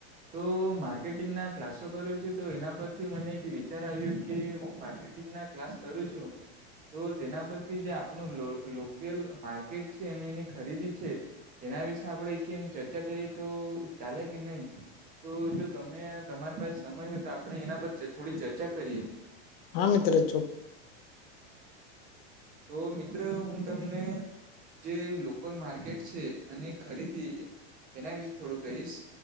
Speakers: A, on the right (about 25°); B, on the left (about 60°).
A: તો માર્કેટિંગના ક્લાસો કરુ છું તો એના પરથી મને એક વિચાર આવ્યો કે માર્કેટ ટિંગના ક્લાસ કરું છું તો તેના પરથી જે આપણું લો લોકેલ માર્કેટ છે અને એની ખરીદી છે એના વિશે આપડે કેમ ચર્ચા કરીએ તો ચાલે કે નય? તો જો તમે તમારી પાસે સમય હોય તો આપણે એના પર થોડી ચર્ચા કરીએ.
B: હા મિત્ર ચો
A: તો મિત્ર હું તમને જે લોકલ માર્કેટ છે અને ખરીદી એના વિશે થોડું કહીશ.